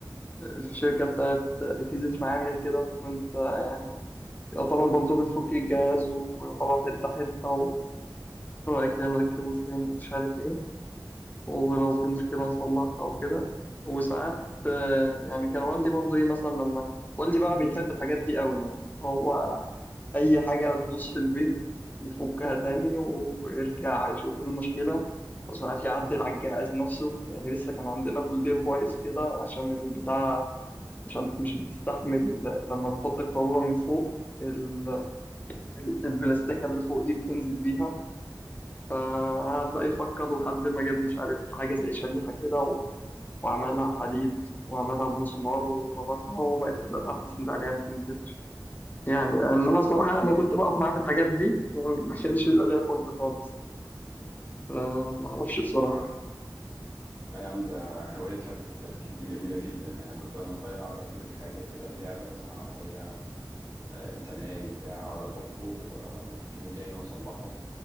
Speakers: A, on the left (about 20°); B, on the right (about 45°).
A: في شركة بتاعت أجهزة معامل كده فكنت آه، يعني يعتبر برضه بنفك الجهاز ويعتبر حتة حتة وبعد كده نركبه تاني ومش عارف ايه ولو في مشكلة نصلحها أو كده وساعات آه، يعني كان والدي برضه إيه مثلا لما والدي بقى بيحب الحاجات دي قوي يعني هو أي حاجة تبوظ في البيت يفكها تاني ويرجع يشوف إيه المشكلة وساعات يعدل على الجهاز نفسه يعني لسه كان عندنا كولدير بايظ كده عشان البتاع مش عارف مش بتستحمل لما بتحط القارورة من فوق ال- ال- البلاستيكة اللي فوق دي بتنزل بيها فقعد بقى يفكر لحد ما جاب مش عارف حاجة زي شريحة كده وعملها حديد وعملها بمسمار وربطها وبقت البتاعة بتسند عليها ما تنزلش يعني لأن أنا الصراحة لما كنت بقف معاه في الحاجات دي يعني ما كانش بيبقى ليا خلق خالص فما أعرفش بصراحة
B: اه لا يا عم ده هواية فك والتركيب دي جميلة جدا يعني كنت وانا صغير اقعد اجيب الحاجة كده اللعبة مثلا عربية آه، انسان آلي بتاع اقعد افكه و- واركبه تاني واصلحه